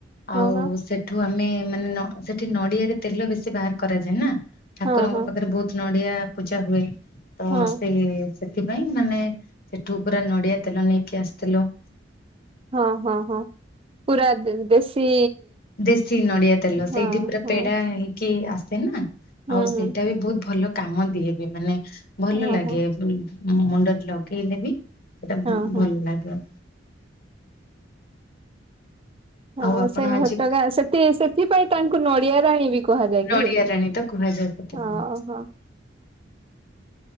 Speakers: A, on the right (about 30°); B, on the left (about 55°).
A: ହଁ
B: ଆଉ
A: ହଁ
B: ସେ ଠୁ ଆମେ ମାନେ ସେଠି ନଡ଼ିଆ ରୁ ତେଲ ବେଶୀ ବାହାର କରାଯାଏ ନା ଠାକୁରଙ୍କ
A: ହଁ ହଁ ହଁ
B: ପାଖରେ ବହୁତ ନଡ଼ିଆ ପୂଜା ହୁଏ ତ
A: ହଁ
B: ସିଏ ସେ ଥିପାଇଁ ମାନେ ସେଠୁ ପୁରା ନଡ଼ିଆ ତେଲ ନେଇକି ଆସିଥିଲୁ।
A: ହଁ ହଁ ହଁ ପୁରା ଦେଶୀ
B: ଦେଶୀ ନଡିଆ ତେଲ ସେଇଠି
A: ହଁ
B: ପୁରା
A: ହଁ
B: ପେଡା ହେଇକି ଆସେ ନା?
A: ହୁଁ
B: ଆଉ ସେଇଟା
A: ହୁଁ
B: ବି ବହୁତ ଭଲ କାମଦିଏ ବି ମାନେ ଭଲ
A: ହଁ
B: ଲାଗେ।
A: ହଁ
B: ମୁଣ୍ଡରେ ଲଗେଇଲେ ବି ସେଇଟା
A: ହଁ
B: ଭଲ ଲାଗିବ।
A: ହଁ
B: ଆଉ ଆପଣ
A: ସେ
B: ଆଜି
A: ଘଟଗାଁ ସେଥି ସେଥିପାଇଁ ତାଙ୍କୁ ନଡିଆ ରାଣୀ ବି କୁହାଯାଏ କି?
B: ନଡିଆ ରାଣୀ ତ କୁହାଯାଏ ସେଥିପାଇଁ।
A: ହଁ ହଁ